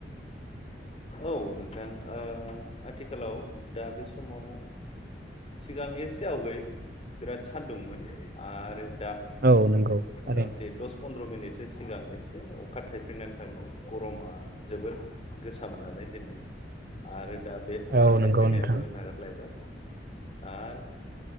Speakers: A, on the left; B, on the right.
A: औ नोंथां ओ आथिखालाव दा बे समाव सिगां एसे आवगै बिराद सान्दुंमोन आरो दा
B: औ नंगौ
A: मथा
B: थारैनो
A: मथि दस फन्द्र' मिनिटनि सिगां इसे अखा थायफ्रिनानै थांदों गरमा जोबोद गोसामोन नालाय दिनै आरो दा बे अखा
B: औ
A: थाइफ्रिनायाबो
B: नंगौ नोंथां
A: नागारलायबाय। आर